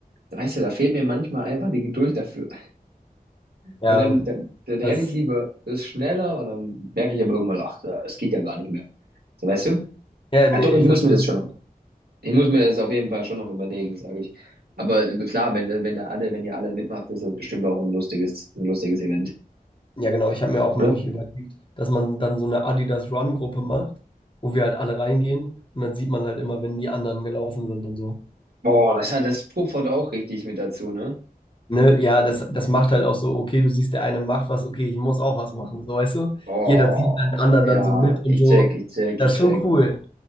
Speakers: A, on the right (about 85°); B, on the left (about 30°).
A: da weißt du, da fehlt mir manchmal einfach die Geduld dafür.
B: Ja,
A: Weil dann, dann, dann renne
B: das,
A: ich lieber, das ist schneller und dann merke ich aber irgendwann, ach, da- es geht ja gar nicht mehr. So, weißt du?
B: ja, nee,
A: Ja, doch, ich
B: ich
A: muss
B: verstehe
A: mir das
B: das.
A: schon noch, ich muss mir das auf jeden Fall schon noch überlegen, sage ich. Aber klar, wenn, wenn da alle, wenn ihr alle mitmacht, ist das bestimmt auch ein lustiges, ein lustiges Event,
B: Ja, genau. Ich habe mir auch
A: oder?
B: nämlich überlegt, dass man dann so eine Adidas Run-Gruppe macht, wo wir halt alle reingehen und dann sieht man halt immer, wenn die anderen gelaufen sind und so.
A: Boah, das hat, das puffert auch richtig mit dazu, ne?
B: Ne? Ja, das, das macht halt auch so, okay, du siehst, der eine macht was, okay, ich muss auch was machen, so weißt du?
A: Oh,
B: Jeder zieht halt den anderen
A: ja,
B: dann so mit
A: ich
B: und so.
A: check, ich check,
B: Das
A: ich
B: ist
A: check.
B: schon cool.